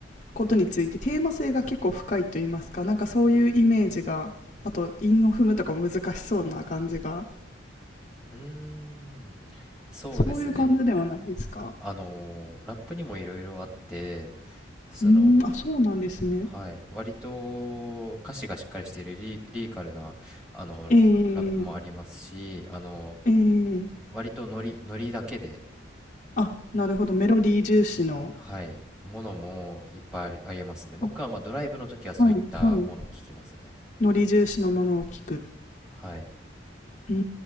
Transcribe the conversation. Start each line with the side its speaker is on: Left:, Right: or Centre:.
Left: ことについてテーマ性が結構深いと言いますかなんかそういうイメージがあと韻を踏むとかも難しそうな感じが
Centre: うーん、そうですね。
Left: そういう感じではないですか
Centre: あのラップにもいろいろあって、その、
Left: うーんあそうなんですね
Centre: はい、割と歌詞がしっかりしているリリリカルな、あのラップもありますし、
Left: えー、
Centre: あの
Left: えー、
Centre: 割とノリ、ノリだけで、
Left: あなるほどメロディー重視の
Centre: はい。ものもいっぱいありえますね。僕はまあドライブの時はそういったものを聞きますね。
Left: あはいはいノリ重視のものを聞く
Centre: はい。
Left: うー